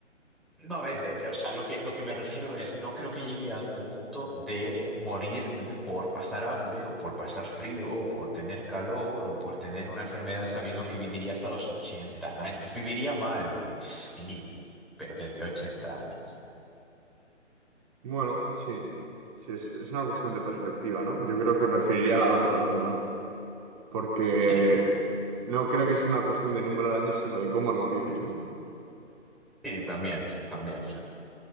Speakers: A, in the centre; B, on the right (about 30°).
A: No, a ver, eh, o sea, lo que, lo que me refiero es, no creo que llegue al punto de morirme por pasar hambre o por pasar frío o por tener calor o por tener una enfermedad sabiendo que viviría hasta los 80 años. Viviría mal, sí, pero tendría 80 años.
B: Bueno, sí, sí, es, es una cuestión de perspectiva, ¿no? Yo creo que preferiría la otra, la verdad, porque
A: Sí.
B: no creo que sea una cuestión de número de años, sino de cómo los vives, ¿no?
A: Sí, también, también.